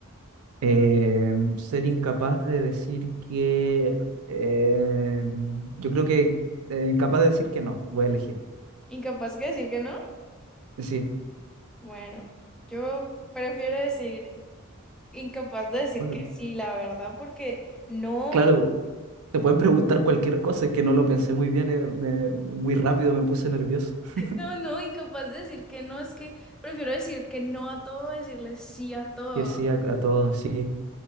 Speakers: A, on the right; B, in the centre.
A: Eh, ser incapaz de decir que... eh, yo creo que... eh, incapaz de decir que no, voy a elegir.
B: ¿Incapaz de decir que no?
A: Sí.
B: Bueno, yo prefiero decir incapaz de decir
A: Bueno,
B: que sí, la verdad, porque no,
A: claro, te pueden preguntar cualquier cosa, es que no lo pensé muy bien, eh, me- muy rápido me puse nervioso. <laughs>
B: no, no, incapaz de decir que no, es que prefiero decir que no a todo, decirle sí a todo.
A: Que sí, a, a todos, sí.